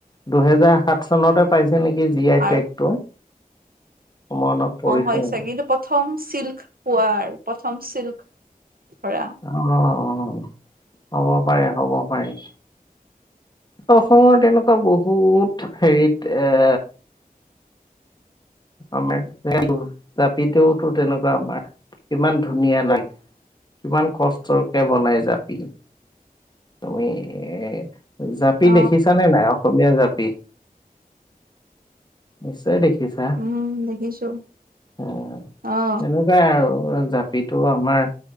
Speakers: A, on the left; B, on the right.
A: দুহেজাৰ সাত চনতে পাইছে নেকি জি আই
B: আৰু
A: টেগটো? অ অলপ পৰিছে
B: হয়
A: মোৰ।
B: চাগে কিন্তু প্ৰথম চিল্ক পোৱা আৰু প্ৰথম চিল্ক কৰা।
A: অ অ, হ'ব পাৰে, হ'ব পাৰে। অসমৰ তেনেকুৱা বহুত হেৰিত এ আমাৰ <inaudible> জাপিতো টো তেনেকুৱা আমাৰ ইমান ধুনীয়া লয়। কিমান কষ্টকে বনাই জাপি? তুমি এ জাপি
B: অ
A: দেখিছানে নাই অসমীয়া জাপি? নিশ্চয় দেখিছা,
B: উম দেখিছো
A: ওম
B: অহ
A: তেনো পুৰা আৰু জাপিতো আমাৰ